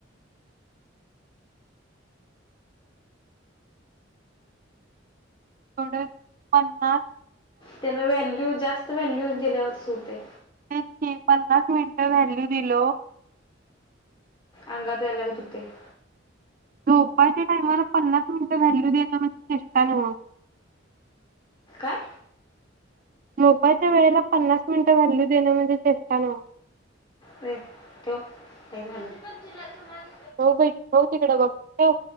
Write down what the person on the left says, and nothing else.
त्यांना व्हॅल्यू. जास्त व्हॅल्यूज दिल्यावर तसं होतय.
अंगात ते अलग तुते. <inaudible>
काय.
रे ठेव लई झालं. <inaudible>